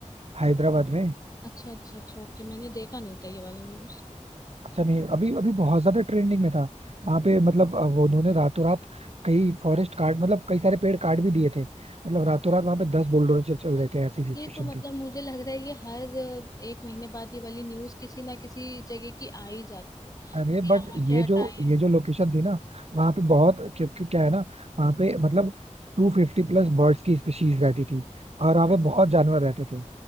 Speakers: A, on the right (about 55°); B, on the left (about 30°).
A: हैदराबाद में
B: अच्छा अच्छा अच्छा ओके मैंने देखा नहीं था ये वाला न्यूज
A: अच्छा नहीं अभी अभी बहुत ज्यादा ट्रेंडिंग में था वहां पे मतलब अ, वो उन्होंने रातों रात कई फॉरेस्ट काट मतलब कई सारे पेड़ काट भी दिए थे मतलब रातों रात वहां पे दस बुलडोजर चल रहे थे ऐसी सिचुएशन
B: ये तो मतलब मुझे लग रहा है ये हर अ, एक महीने बाद ये वाली न्यूज किसी ना किसी जगह की आ ही जाती है
A: अरे बट
B: कि यहाँ
A: ये
B: क्या हटाएं
A: जो ये जो लोकेशन थी ना वहां पे बहुत क्योंकि क्या है ना वहां पे मतलब टू फिफ्टी प्लस बर्ड्स की स्पीशीज रहती थी और वहां पे बहुत जानवर रहते थे